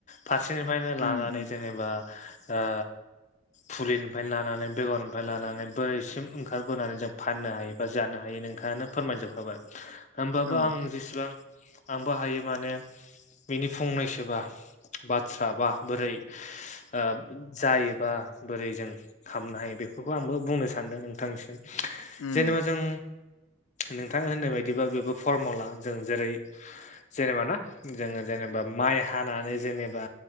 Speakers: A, on the left; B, on the left.
A: फारसेनिफायनो लानानै
B: उम उम
A: जेनेबा ओ फुलिनिफायनो लानानै बेगरनिफाय लानानै बोरैसिम ओंखारबोनानै जों फाननो हायो बा जानो हायो नोंथाङानो फोरमायजोबखाबाय होमबाबो
B: औ
A: आं जेसेबां आंबो हायो माने बिनि फंनैसोबा बाथ्रा बा बोरै ओ जायोबा बोरै जों खामनो हायो बेफोरखौ आंबो बुंनो सानदों नोंथांनिसिम
B: उम
A: जेनेबा जों नोंथां होननाय बायदिबा बेबो फरम'ला जों जेरै जेनेबा ना जोङो जेनेबा माइ हानानै जेनेबा